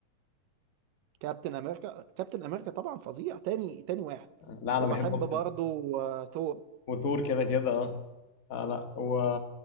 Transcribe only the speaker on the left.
لا انا
بحبه
اكتر
وثور كده كده اه آه، لا و